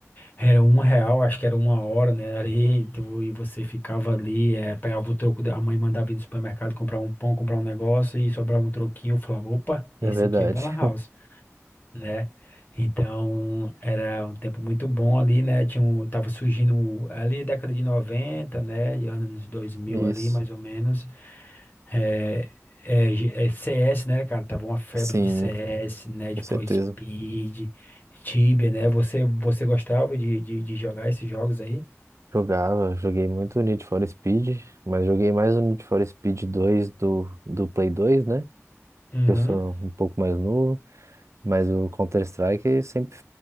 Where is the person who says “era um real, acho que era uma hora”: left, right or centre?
Left